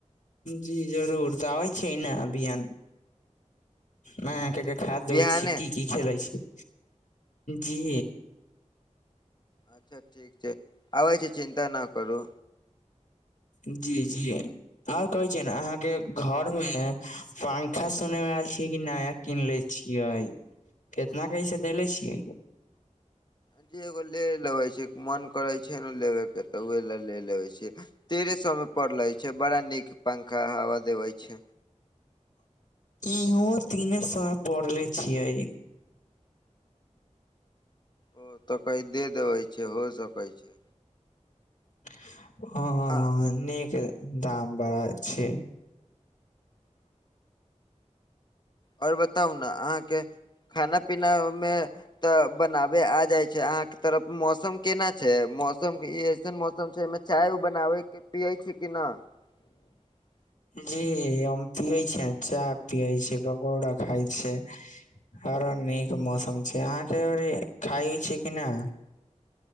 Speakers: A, on the left (about 70°); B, on the left (about 35°).
A: जी जरूर त आबै छी ने अभियान मे अहाँके के देखा देबै
B: बिहाने
A: छीेऔ की की खेलै छी जी
B: अच्छा ठीक छै आबै छी चिन्ता ना करू।
A: जी जी। और कहै छी ने अहाँके घर मे पंखा किनने मे आयल छी कि नै नया कीनले छियै केतना कैसे देले छियै
B: जी एगो ले लेबै छै मन करै छै ने लेबेके तऽ ओे लए ले लेबै छियै तेरह सौ में पड़लै छै बड़ा नीक पंखा हवा देबै छै।
A: इहों तीने सौ में परले छियै।
B: ओ तऽ कै दे देबै छै हो सकै छै।
A: हँ हँ
B: आ
A: हँ हॅं निक ए दाम बडा छै
B: आओर बताउ न अहाँके खाना पीना मे तऽ बनाबे आ जाय छै अहाँके तरफ मौसम केना छै मौसम एऐसन मौसम छै अइ में चाय उइ बनाबे के पिये छै कि न? <inaudible>
A: जी हम पियै छीयैं चाह पियै छी पकौड़ा खाय छै बड़ा नीक मौसम छै अहाँके ओरी खाइ छी कि ना?